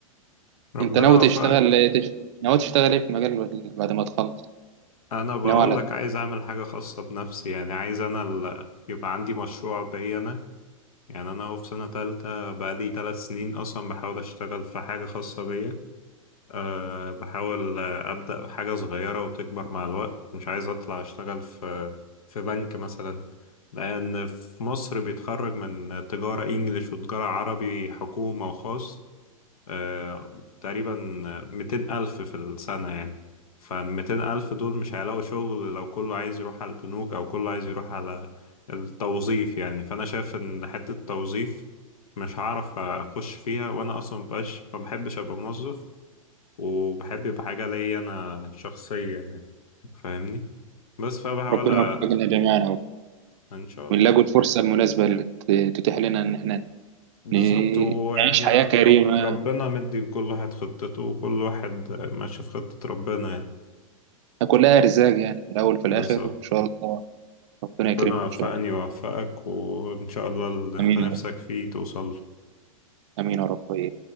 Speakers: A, on the left; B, on the right.
A: ربنا
B: انت ناوي تشتغل
A: وفقك
B: إيه؟ تش- ناوي تشتغل ايه في المجال بعد بعد ما تخلص
A: انا بقول
B: ناوي على
A: لك عايز اعمل حاجه خاصه بنفسي يعني عايز انا ال... يبقى عندي مشروع بيا انا يعني انا اهو في سنه تالتة بقالي ثلاث سنين اصلا بحاول اشتغل في حاجه خاصه بيا أه بحاول آه، ابدا بحاجه صغيره وتكبر مع الوقت مش عايز اطلع اشتغل في في بنك مثلا لان في مصر بيتخرج من تجاره انجليش وتجاره عربي حكومه وخاص آه، تقريبا ميتين ألف في السنة يعني فالميتين ألف دول مش هيلاقوا شغل لو كله عايز يروح على البنوك أو كله عايز يروح على التوظيف يعني فأنا شايف إن حتة التوظيف مش هعرف أخش فيها وأنا أصلا مبقاش ما بحبش أبقى موظف وبحب يبقى حاجة ليا أنا شخصية يعني فاهمني بس فبحاول
B: ربنا يوفقنا
A: أ-
B: جميعا اهو
A: إن شاء الله
B: ونلاقوا الفرصة
A: يعني
B: المناسبة اللي ت- تتيح لنا ان احنا
A: بالظبط
B: ن-
A: ويعني
B: نعيش حياة كريمة
A: رب ربنا مدي لكل واحد خطته وكل واحد ماشي في خطة ربنا يعني
B: كلها ارزاق يعني في الاول وفي الاخر
A: بالظبط
B: وان شاء الله ربنا
A: ربنا
B: يكرمنا
A: يوفقني
B: ان شاء الله
A: ويوفقك وإن شاء الله اللي أنت
B: امين
A: نفسك
B: يا رب
A: فيه توصل له.
B: امين يا رب